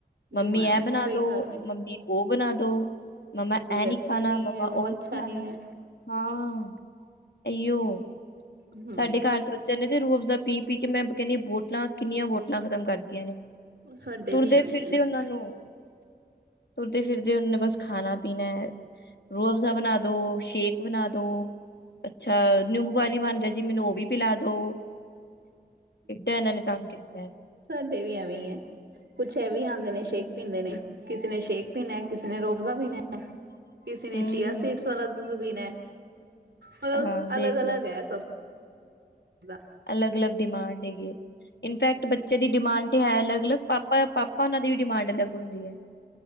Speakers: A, on the left; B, on the right.
A: ਮੰਮੀ,
B: ਡਿਮਾਂਡ
A: ਇਹ ਬਣਾ
B: ਸਹੀ
A: ਦੋ,
B: ਗੱਲ ਏ।
A: ਮੰਮੀ ਉਹ ਬਣਾ ਦੋ ਮਮਾ, ਇਹ ਨਹੀਂੀ
B: ਅੱਛਾ
A: ਖਾਣਾਾ,
B: ਨਹੀਂ
A: ਮਮਾ
B: ਹੈ ਉਹ
A: ਉਹਓ
B: ਅੱਛਾ
A: ਨਈ ਖਾਣਾ
B: ਨਹੀਂ ਹੈ
A: ਹਾਂ ਇਹੀਓ,
B: ਹਮ
A: ਸਾਡੇ ਘਰ ਚ ਬੱਚਿਆਂ ਨੇ ਤੇ ਰੋਐਫ ਪੀ -ਪੀ ਕੇ ਮੈਂ ਕਹਿੰਣੀ ਬੋਟਲਾਂ ਕਿੰਨੀਆਂ ਬੋਤਲਾਂ ਖ਼ਤਮ ਕਰਤੀਆਂ ਨੇ,
B: ਸਾਡੇ
A: ਤੁਰਦੇ-
B: ਵੀ ਐਵੇਂ
A: -ਫਿਰਦੇ
B: ਹੀ ਹੈ
A: ਉਹਨਾਂ ਨੂੰ ਤੁਰਦੇ- ਫਿਰਦੇ ਉਹਨੇ ਬਸ, ਖਾਣਾ ਪੀਣਾ ਰੂਹ ਅਫਜ਼ਾ ਬਣਾ ਦੋ, ਸ਼ੇਕ ਬਣਾ ਦੋ ਅੱਛਾ, ਨੀਬੂ ਪਾਣੀ ਬਣ ਰਿਹਾ ਜੀ, ਮੈਨੂੰ ਉਹ ਵੀ ਪਿਲਾ ਦੋ ਕਿੱਦਾਂ, ਇਹਨਾਂ ਨੇ ਤਗ ਕੀਤਾ
B: ਸਾਡੇ ਵੀ, ਐਵੇਂ ਐ ਕੁਛ ਇਹ ਵੀ, ਆਦੇ ਨੇ ਸ਼ੇਕ ਪੀਂਦੇ ਨੇ, ਕਿਸੇ ਨੇ ਸ਼ੇਕ ਪੀਣਾ, ਕਿਸੇ ਨੇ ਰੋਫਜ਼ਾ ਪੀਣਾ ਕਿਸੀ ਨੇ,
A: ਹਮ
B: ਚੀਆ ਸੀਡਜ਼ ਵਾਲਾ ਦੁੱਧ ਪੀਣਾ ਮਤਲਬ,
A: ਹਾਂ ਦੇਖ
B: ਅਲੱਗ -ਅਲੱਗ
A: ਲੋ
B: ਹੈ ਸਭ ਬਸ।
A: ਅਲੱਗ- ਅਲੱਗ ਡਿਮਾਂਡ ਹੈਗੀ ਏ, ਇਨਫੈਕਟ ਬੱਚੇ, ਦੀ ਡਿਮਾਂਡ ਤੇ ਹੈ ਅਲੱਗ -ਅਲੱਗ ਪਾਪਾ -ਪਾਪਾ ਹੋਣਾ ਦੀ ਵੀ, ਡਿਮਾਂਡ ਅਲੱਗ ਹੁੰਦੀ ਹੈ